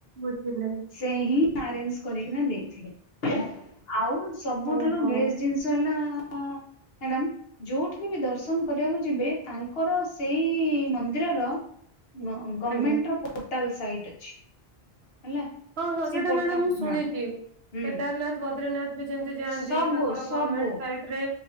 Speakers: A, on the right; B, on the left.
A: ବୁଝିଲେ।
B: ସେ ହିଁ ଆରେଞ୍ଜ କରିକିନା ଦେଇଥିଲେ ଆଉ ସବୁଠାରୁ
A: ଓହୋ
B: <inaudible> ଜିନିଷ <unintelligible> ମ୍ୟାଡ଼ାମ ଯୋଉଠିକି ବି ଦର୍ଶନ କରିବାକୁ ଯିବେ ତାଙ୍କର ସେଇ ମନ୍ଦିର ଗ ଗମେଣ୍ଟ
A: ଆଜ୍ଞା
B: ର ପୋଟାଲ ସାଇଟ ଅଛି ହେଲା।
A: ହଁ ହଁ
B: ସେ
A: ସେଇଟା
B: ପୋର୍ଟା
A: ମ୍ୟାଡାାମ ମୁଁ ଶୁଣିଛି
B: ହଁ
A: କେଦାରନାଥ
B: ହୁଁ
A: ବଦ୍ରିନାଥ ବି ଯେମିତି ଯାଆନ୍ତି
B: ସବୁ
A: ତାଙ୍କର
B: ସବୁ
A: ଗମେଣ୍ଟ ସାଇଟ୍ ରେ